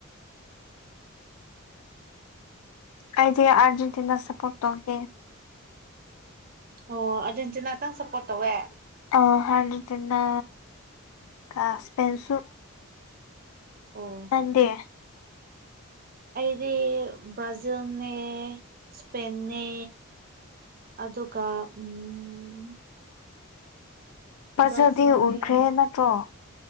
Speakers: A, on the left; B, on the right.
A: ꯑꯩꯗꯤ ꯑꯔꯖꯦꯟꯇꯤꯅꯥ ꯁꯄꯣꯔꯠ ꯇꯧꯒꯦ꯫
B: ꯑꯣ ꯑꯔꯖꯦꯟꯇꯤꯅꯥꯇꯪ ꯁꯞꯄꯣꯔꯠ ꯇꯧꯋꯦ꯫
A: ꯑ ꯍ ꯇꯅ ꯀꯁꯄꯦꯟꯁꯨ꯫
B: ꯑꯣ
A: ꯅꯪꯗꯤ꯫
B: ꯑꯩꯗꯤ ꯕ꯭ꯔꯥꯖꯤꯜꯅꯦ꯫ ꯏꯁꯄꯦꯟꯅꯦ ꯑꯗꯨꯒ ꯎꯝ꯫
A: ꯐꯖꯗꯤ
B: ꯕ꯭ꯔꯥꯖꯤꯜꯅꯦ
A: ꯎꯟꯈ꯭ꯔꯦ ꯅꯠꯇ꯭ꯔꯣ꯫